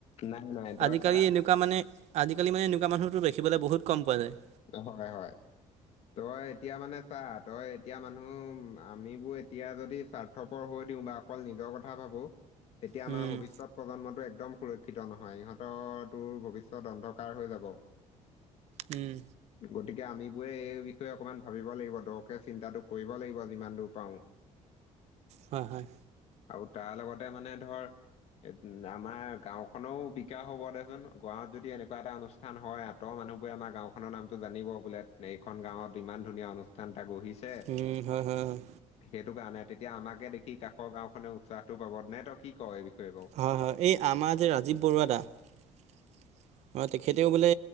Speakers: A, on the left; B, on the right.
A: নাই নাই তই
B: আজিকালি
A: চা
B: এনেকুৱা মানে আজিকালি মানে এনেকুৱা মানুহ তোৰ দেখেবলৈ বহুত কম পোৱা যায়।
A: হয়, হয়, তই এতিয়া মানে চা তই এতিয়া মানুহ আমিবোৰ এতিয়া যদি স্বাৰ্থপৰ হৈ বা অকল নিজৰ কথা ভাবোঁ, তেতিয়া
B: উম
A: আমাৰ ভৱিষ্যত প্ৰজন্মটো একদম ক্ষিত নহয় ইহঁতৰ তোৰ ভৱিষ্যত অন্ধকাৰ হৈ যাব।
B: উম,
A: গতিকে আমি বোৰে এই বিষয়ে অকমান ভাবিব লাগিব দৰকে চিন্তাটো কৰিব লাগিব যিমান দূৰ পাওঁ।
B: হয় হয়
A: আৰু তাৰ লগতে মানে ধৰ এ আমাৰ গাঁও খনেও বিকাশ হব দেচোন গাঁৱত যদি এনেকুৱা এটা অনুষ্ঠান হয় আতৰ মানুহ বোৰে আমাৰ গাঁওখনৰ নামটো জানিব বোলে, এইখন গাঁৱত ইমান ধুনীয়া অনুষ্ঠান এটা গঢ়ি ছে
B: উম হয় হয় হয়
A: সেইটো কাৰণে তেতিয়া আমাকে দেখি কাষৰ গাঁওখনে উৎসাহটো পাব নে তই কি কয় এই বিষয়ে বাৰু
B: হয়, হয়, এই আমাৰ যে ৰাজীৱ বৰুৱা দা তেখেতেও বোলে